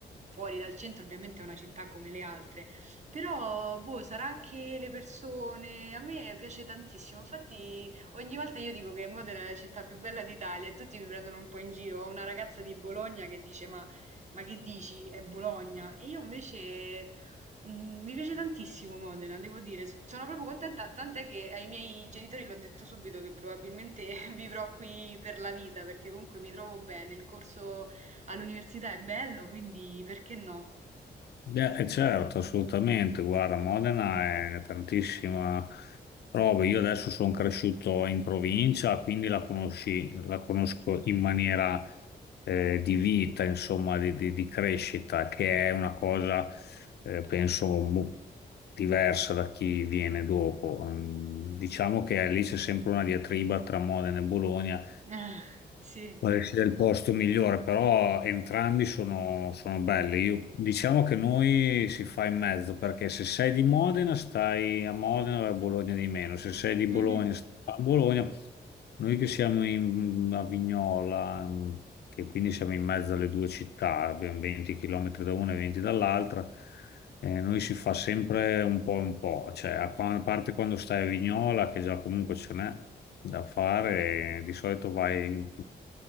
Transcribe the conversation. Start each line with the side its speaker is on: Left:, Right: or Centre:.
Right: fuori dal centro ovviamente è una città come le altre, però boh, sarà anche le persone, a me piace tantissimo, infatti ogni volta io dico che Modena è la città più bella d'Italia e tutti mi prendono un po' in giro, ho una ragazza di Bologna che dice ma... Ma che dici? È Bologna? E io invece Mm, Mi piace tantissimo Modena, devo dire, S- sono proprio contenta, tant'è che ai miei genitori l'ho detto subito che probabilmente <laughs> vivrò qui per la vita, perché comunque mi trovo bene, il corso all'università è bello, quindi perché no?
Left: Beh, eh, certo, assolutamente. Guarda, Modena è tantissima roba. Io adesso sono cresciuto in provincia, quindi la conosci- la conosco in maniera eh, di vita, insomma, di, di- di crescita, che è una cosa, eh, penso, mo- diversa da chi viene dopo. Mm, Diciamo che lì c'è sempre una diatriba tra Modena e Bologna
Right: <laughs> Ah, sì,
Left: Quale sia il posto migliore, però entrambi sono, sono belli. Io, diciamo che noi si fa in mezzo, perché se sei di Modena stai a Modena e a Bologna di meno, se sei di Bologna
Right: Mhm.
Left: stai a Bologna, noi che siamo in a Vignola, mm, che quindi siamo in mezzo alle due città, abbiamo 20 km da una e 20 dall'altra, eh, noi si fa sempre un po' e un po', cioè a qua- a parte quando stai a Vignola, che già comunque ce n'è da fare, eh, di solito vai,